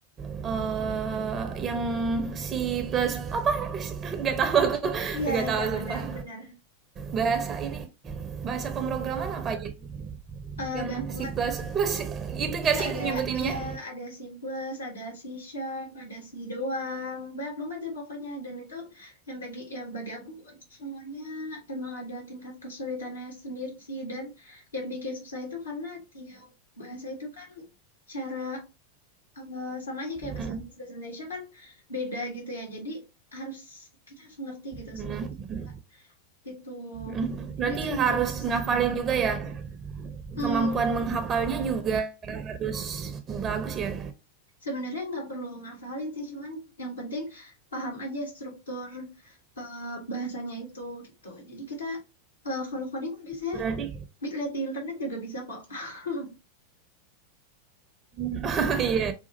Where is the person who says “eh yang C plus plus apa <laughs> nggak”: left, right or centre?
Right